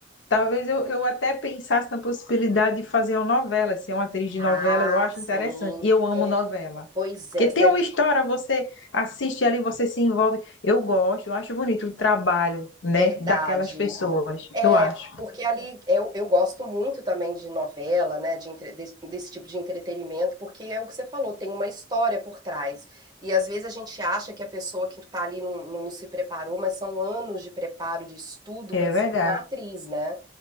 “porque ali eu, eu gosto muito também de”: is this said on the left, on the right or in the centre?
Right